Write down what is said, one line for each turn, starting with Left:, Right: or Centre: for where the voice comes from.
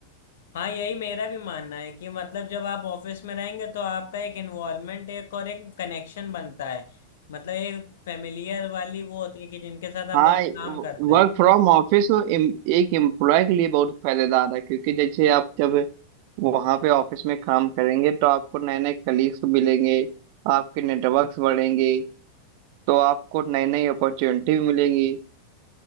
Left: हाँ यही मेरा भी मानना है कि मतलब जब आप ऑफिस में रहेंगे तो आपका एक इन्वॉल्वमेंट एक और एक कनेक्शन बनता है मतलब एक फैमिलियर वाली वो होती है कि जिनके साथ
Right: हाँ
Left: आप रोज काम करते
Right: वर्क फ्रॉम ऑफिस एक एम्प्लॉय के लिए बहुत फायदेदार है क्योंकि जैसे आप जब वहाँ पे ऑफिस में काम करेंगे तो आपको नए नए कलीग्स मिलेंगे आपके
Left: हैं
Right: नेटवर्क्स बढ़ेंगे तो आपको नई नई अपॉर्चुनिटी मिलेंगी